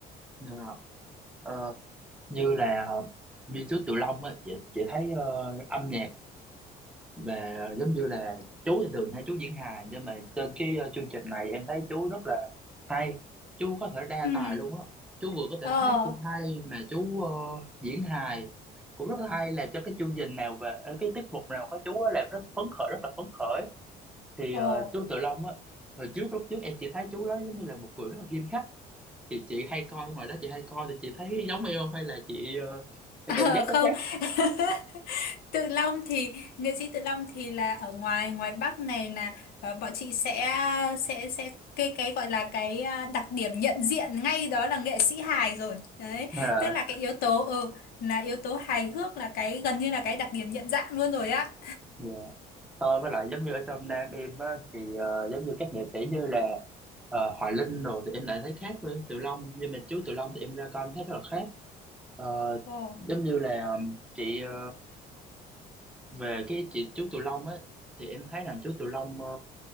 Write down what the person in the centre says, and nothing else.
dạ Ờ, như là ờ, như trước Tiểu Long á chị chị thấy ờ, âm nhạc và giống như là chú thì thường hay chú diễn hài nhưng mà trên cái ờ, chương trình này em thấy chú rất là hay chú có thể đa
tài luôn á chú vừa có thể
hát cũng hay mà chú ờ, diễn hài cũng rất là hay là cho cái chương trình nào và ờ, cái tiết mục nào có chú á làm rất phấn khởi rất là phấn khởi thì
ờ, chú Tự Long á hồi trước lúc trước em chỉ thấy chú đó giống như là một người rất là nghiêm khắc thì chị hay coi ngoài đó chị hay coi thì chị thấy giống em không hay là chị ờ,
cái
cảm giác có
khác
à
dạ tôi với lại giống như ở trong Nam em á, thì ờ, giống như các nghệ sĩ như là ờ, Hoài Linh rồi thì em lại thấy khác với Tự Long nhưng mà chú Tự Long thì em ra coi em thấy rất là khác Ờ,
giống như là um, chị ờ, về cái chị chú Tự Long á thì em thấy rằng chú Tự Long ờ,